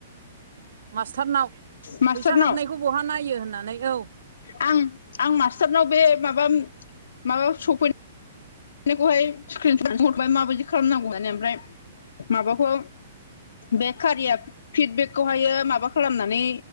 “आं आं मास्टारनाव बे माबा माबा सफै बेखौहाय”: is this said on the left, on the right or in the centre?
Left